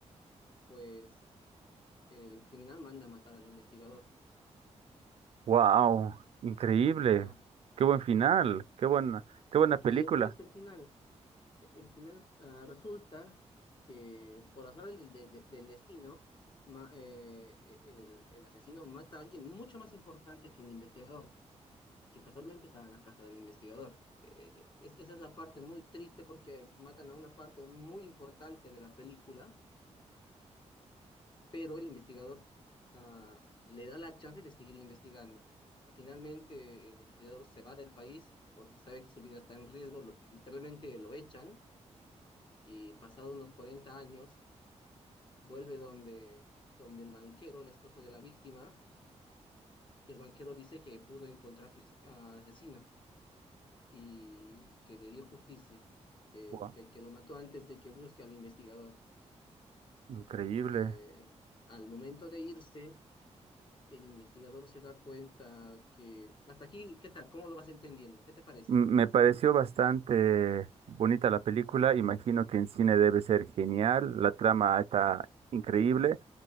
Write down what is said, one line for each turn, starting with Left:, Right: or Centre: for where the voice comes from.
Left: pues el criminal manda a matar al investigador.
Right: Wow, increíble.
Left: Ajá,
Right: Qué buen final,
Left: sí.
Right: qué buena, qué
Left: Y,
Right: buena
Left: y
Right: película.
Left: ese no es el final. E- El final ah, resulta que por azar del, del- del destino, ma- eh, e, el, el asesino mata a alguien mucho más importante que el investigador. que casualmente estaba en la casa del investigador. Eh, es- esa es la parte muy triste porque matan a una parte muy importante de la película, pero el investigador ah, le da la chance de seguir investigando. Ah, Finalmente, el investigador se va del país porque sabe que su vida está en riesgo, lo- literalmente lo echan y pasado unos 40 años vuelve donde, donde el banquero, el esposo de la víctima, y el banquero dice que pudo encontrar pues, al asesino. y que le dio justicia, que,
Right: Wow,
Left: que- que lo mató antes de que busque al investigador.
Right: increíble.
Left: Eh, al momento de irse, el investigador se da cuenta que... Hasta aquí, ¿qué tal? ¿Cómo lo vas entendiendo? ¿Qué te parece?
Right: Me pareció bastante bonita la película, imagino que en cine debe ser genial, la trama está increíble,